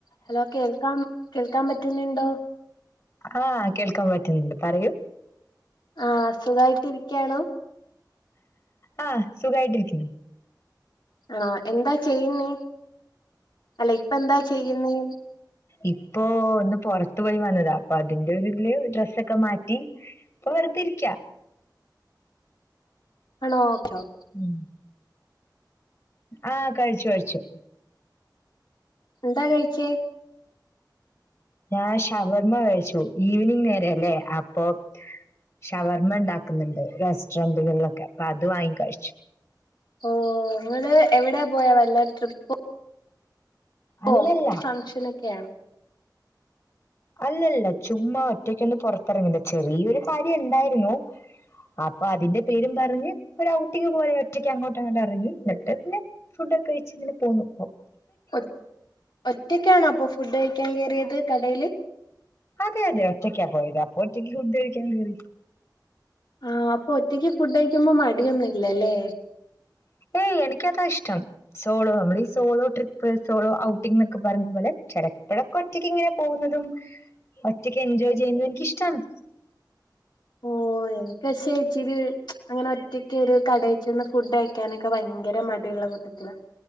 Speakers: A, on the left; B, on the left.
A: ഹലോ കേൾക്കാം കേൾക്കാൻ പറ്റുന്നുണ്ടോ?
B: ആഹ് കേൾക്കാൻ പറ്റുന്നുണ്ട് പറയൂ.
A: ആഹ് സുഖായിട്ട് രിക്ക്യാണോ?
B: ആഹ് സുഖായിട്ടിരിക്നു.
A: ആഹ് എന്താ ചെയ്യുന്നേ? അല്ല ഇപ്പ എന്താ ചെയ്യുന്നേ?
B: ഇപ്പൊ ഒന്ന് പൊറത്ത് പോയി വന്നതാ അപ്പൊ അതിന്റെ ഒതില് ഡ്രസ്സൊക്കെ മാറ്റി. പോ വെറുതെഇരിക്യ.
A: ആണോ ഓക്കെ <unintelligible>
B: ഉം ആഹ് കഴിച്ചു കഴിച്ചു
A: എന്താ കഴിച്ചേ
B: ഞാൻ ഷവർമ്മ കഴിച്ചു ഈവനിങ് നേരയവല്ലേ അപ്പൊ ഷവർമ്മ ഇണ്ടാക്കുന്നുണ്ട് റെസ്റ്ററന്റകളിലൊക്കെ അപ്പൊ അത് വാങ്ങി കഴിച്ചു
A: ഓഹ് നിങ്ങള് എവിടാ പോയാ വല്ല ട്രിപ്പ്
B: അല്ലല്ല
A: ഓഹ് ഫംഗഷനൊക്കെയയാണ്
B: അല്ലല്ല ചുമ്മാ ഒറ്റയ്ക്കൊന്ന് പുറത്തിറങ്ങണ്ട ചെറിയൊരു കാര്യം ഇണ്ടായിരുന്നു അപ്പൊ അതിന്റെ പേരും പറഞ്ഞ് ഒരു ഔട്ടിക്ക് പോലെ ഒറ്റയ്ക്ക് അങ്ങോട്ട് അങ്ങോട്ട് ഇറങ്ങി എന്നിട്ട് പിന്നെ ഫു- ക്കെഴിച്ച ഇങ്ങനെ പോന്നു ഇപ്പം
A: ഒ ഒറ്റക്കാണോ അപ്പൊ ഫുഡ് കഴിക്കാൻ കേയറിയത് കടയില്
B: അതെ അതെ ഒറ്റക്കാ പോയത് അപ്പൊ ഒറ്റക്ക് ഫുഡ് കഴിക്കാൻ കേറി
A: ആ അപ്പൊ ഒറ്റയ്ക്ക് ഫുഡ് കഴിക്കുമ്പോ മടിയൊന്നുംല്ലല്ലേ
B: ഏയ് എനിക്ക് അതാ ഇഷ്ടം സോളോ നമ്മൾ ഈ സോളോ ട്രിപ്പ് സോളോ ഔട്ടിംഗ എന്നൊക്കെ പറഞ്ഞ പോലെ ചില ഇപ്പോഴൊക്കെ ഒറ്റക്ക് ഇങ്ങനെ പോകുന്നതും ഒറ്റക്ക് എൻജോയ് ചെയ്യുന്നതും എനിക്കിഷ്ടമാണ്
A: <inaudible> ഓ കഷി ഇച്ചിരി അങ്ങനെ ഒറ്റക്കൊ ഒരു കടയി ചെന്ന് ഫുഡ് കഴിക്കാനൊക്കെ ഭയങ്കര മടി ഉള്ളകുട്ടാ